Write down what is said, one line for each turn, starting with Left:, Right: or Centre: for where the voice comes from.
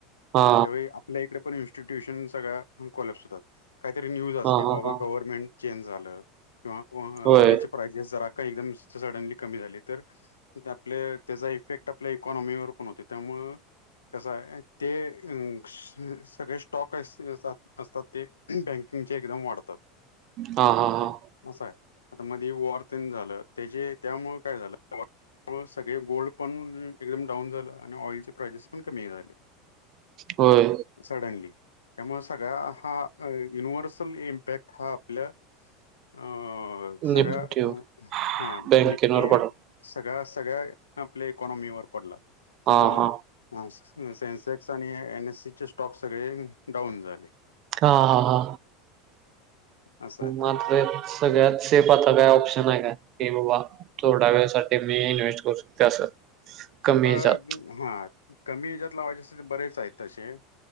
Right: हा
Left: त्यावेळी आपल्या इकडे पण येऊ शकतय. इनस्टिट्यूशन, सगळ्या कोलॅप्स होतात. काहीतरी न्यूज असली,
Right: हा
Left: बाबा!
Right: हा हा
Left: गव्हर्नमेंट चेंज झालं, किंवा
Right: होय
Left: ऑइलचे प्रायजेस जरा एकदम, सडनली कमी झाली, तर त्याचा इफेक्ट आपल्या इकॉनॉमीवर पण होते, त्यामुळे हम? कस आहे? ते अ! सगळे, स्टॉक असतात ते बँकिंगचे, एकदम वाढतात.
Right: हा! हा! हा!
Left: असं आहे. आता, मध्ये वॉर ते न झालं, त्याचे त्यामुळं काय झालं? त्यामुळे, सगळे गोल्ड पण एकदम डाऊन झालं, आणि ऑइलचे प्रायजेस पण कमी झाले.
Right: होय
Left: सडनली! त्यामुळे सगळ्या हा युनिव्हर्सल इम्पॅक्ट, हा आपल्या आ अ! सगळ्या,
Right: निफ्टीवर
Left: हा.
Right: बँकेवर
Left: निपटीये
Right: पड
Left: सगळ्या-सगळ्या आपल्या इकॉनॉमीवर पडला, त्यामुळं
Right: हा हा
Left: सेन्सेक्स आणि एनएससी चे स्टॉक, सगळे डाऊन झाले.
Right: हा हा हा.
Left: असं आहे
Right: मात्र, सगळ्यात सेफ आता काय, ऑप्शन आहे काय की बाबा? थोड्या वेळासाठी, मी इन्व्हेस्ट करू शकतो, असं. कमी
Left: हा
Right: ह्याच्यात
Left: कमी हेच्यात लावायचे असेल तर, बरेच आहेत तसे